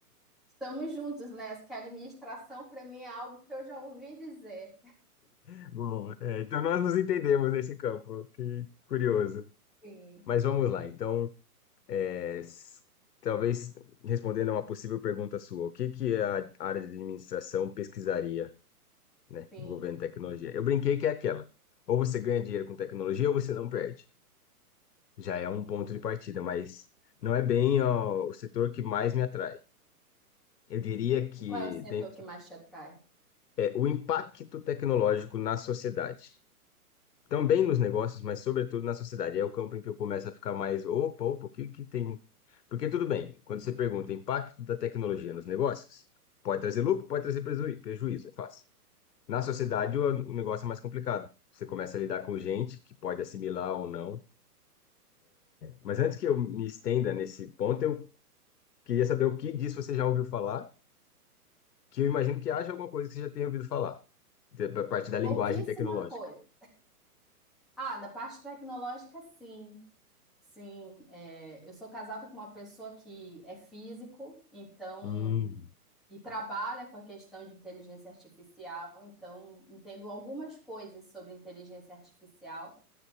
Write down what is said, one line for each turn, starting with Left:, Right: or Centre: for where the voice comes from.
Centre: Estamos juntos né? que a administração para mim é algo que eu já ouvi dizer.
Left: <laughs> Bom, é, então nós nos entendemos nesse campo, que curioso.
Centre: Sim,
Left: Mas vamos
Centre: sim,
Left: lá, então, é, s- talvez respondendo a uma possível pergunta sua, o que que a área de administração pesquisaria, né,
Centre: sim.
Left: envolvendo tecnologia? Eu brinquei que é aquela, ou você ganha dinheiro com tecnologia ou você não perde. já é um ponto de partida, mas não é bem ó, o setor que mais me atrai. Eu diria que
Centre: E qual é o setor
Left: dentro,
Centre: que mais te atrai?
Left: é o impacto tecnológico na sociedade. Também nos negócios, mas sobretudo na sociedade. É o campo em que eu começo a ficar mais, opa, opa, o que que tem? Porque tudo bem, quando você pergunta impacto da tecnologia nos negócios, pode trazer lucro, pode trazer prejuí- prejuízo, é fácil. Na sociedade, o o negócio é mais complicado. Você começa a lidar com gente que pode assimilar ou não. Mas antes que eu me estenda nesse ponto, eu Queria saber o que disso você já ouviu falar, que eu imagino que haja alguma coisa que você já tenha ouvido falar, de- da parte da linguagem
Centre: Pouquíssima
Left: tecnológica.
Centre: coisa. Ah, na parte tecnológica, sim. Sim, é, eu sou casada com uma pessoa que é físico, então,
Left: Hum.
Centre: e trabalha com a questão de inteligência artificial, então entendo algumas coisas sobre inteligência artificial.